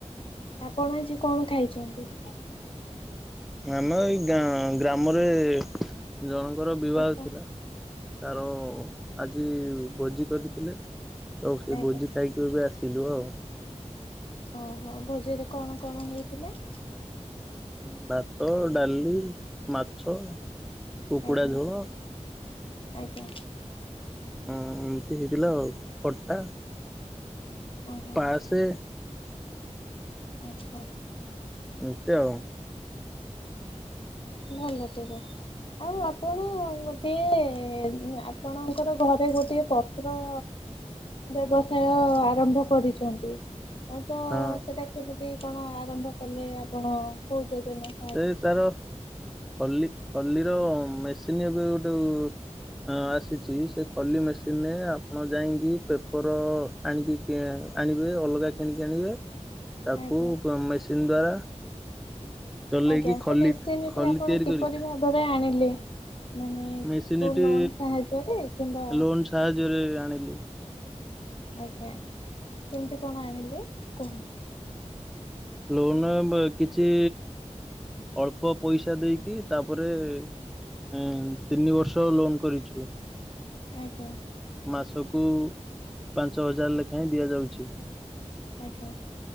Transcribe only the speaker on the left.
ଆପଣ ଆଜି କଣ ଖାଇଚନ୍ତି?
ଆଜ୍ଞା
ଆଜ୍ଞା
ଓହୋ ଭୋଜିରେ କଣ କଣ ହେଇଥିଲା?
ଆଜ୍ଞା
ଆଜ୍ଞା।
ଓହୋ
ଆଛା।
ଭଲ ତବେ ଆଉ ଆପଣ ସିଏ ଆପଣଙ୍କର ଘରେ ଗୋଟଏ ପତ୍ର ବ୍ୟବସାୟ ଆରମ୍ଭ କରିଛନ୍ତି ତ
ସେଇଟା କେମିତି କଣ ଆରମ୍ଭ କଲେ ଆପଣ କହୁଛନ୍ତି ଯେ ନା
ଆଜ୍ଞା
ଆଜ୍ଞା
ସେ ମେଶିନଟି
ଆପଣ
କିପରି
ଭାବ ରେ ଆଣିଲେ? ମାନେ
କୋ ଲୋନ ସାହାଯ୍ୟରେ କିମ୍ବା
ଆଜ୍ଞା କେମିତି କଣ ଆଣିଲେ କୁହୁ
ଆଜ୍ଞା।
ଆଜ୍ଞା।